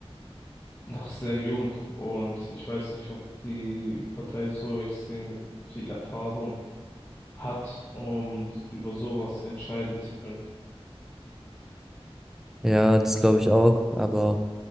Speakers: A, on the left (about 20°); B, in the centre.
A: noch sehr jung und ich weiß nicht, ob die Partei so extrem viel Erfahrung hat, um über sowas entscheiden zu können.
B: Ja, das glaube ich auch, aber